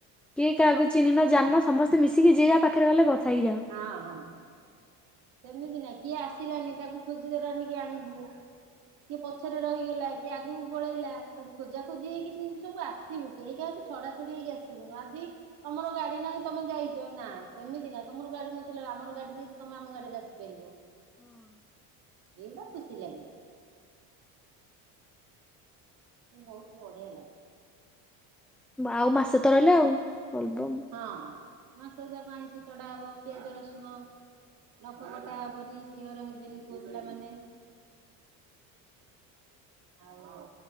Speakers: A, in the centre; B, on the right.
A: କିଏ କାହାକୁ ଚିହ୍ନିନ ଜାଣିନ ସମସ୍ତେ ମିଶିକି ଯିଏ ଯା ପାଖରେ ଗଲେ କଥା ହେଇଯାଅ।
B: ହଁ ହଁଁ। ସେମିତି ନାଇଁ କିଏ ଆସିଲାନି ତାକୁ ଖୋଜିଦଲାଣି କି ଆଣିବୁ। କିଏ ପଛରେ ରହିଗଲା କିଏ ଆଗକୁ ପଳେଇଲା ସବୁ ଖୋଜାଖୋଜି ହେଇକି ସେମିତି ସବୁ ଆସ ଆସିବୁ କେହି କାହିଁ ତ ଛଡାଛଡି ହେଇକି ଆସିବୁନୁ ଆଜି ତମର ଗାଡି ନାହିଁ ତମେ ଯାଇଛ ନା ସେମତି ନାଁ ତମର ଗାଡି ନଥିଲା ଆମର ଗାଡି ଯାଇଛି ତମେ ଆମ ଗାଡି ରାସିପାରିବ।
A: ହଁ।
B: ଏଇଟା ଖୁସି ଲାଗେ। ମୁଁ ବହୁତ ବଢିଆ ଲାଗେ।
A: ଆଉ ମାସ ତ ରହିଲା ଆଉ। ବୋଲବମ୍।
B: ହଁ ମାସ ଯାକ ଆଇଁଷ ଚଢା ହବ। ପିଆଜ ରସୁଣ ନଖ କଟା ହବନି କ୍ଷଅର ହେବେନି ପୁଅ ପିଲାମାନେ ଆଉ